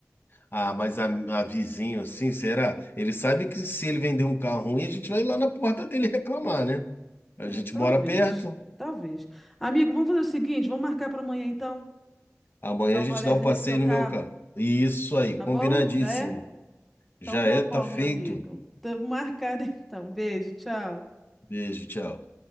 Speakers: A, on the left; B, in the centre.
A: Ah, mas a, a vizinho, assim, será? Ele sabe que se ele vender um carro ruim, a gente vai lá na porta dele reclamar, né? A
B: É,
A: gente
B: talvez.
A: mora perto,
B: Talvez. Amigo, vamos fazer o seguinte, vamos marcar para amanhã então.
A: amanhã
B: Dar
A: a
B: um
A: gente
B: rolezinho
A: dá o passeio
B: nesse seu carro,
A: no meu carro. Isso aí,
B: tá
A: combinadíssimo.
B: bom? Já é?
A: Já
B: Então tá
A: é,
B: bom,
A: tá feito.
B: meu amigo. Tamo marcado então. Beijo, tchau.
A: Beijo, tchau.